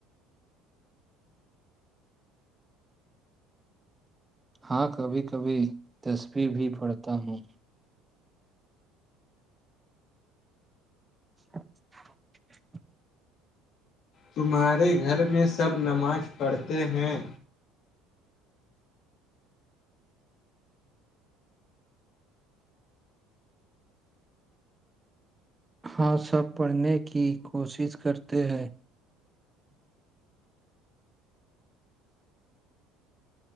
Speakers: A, on the right; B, on the left.
A: ہاں کبھی کبھی تصویرح بھی پڑھتا ہوں <inaudible>
B: تمہارے گھر میں سب نماز پڑھتے ہیں
A: ہاں سب پڑھنے کی کوشش کرتے ہیں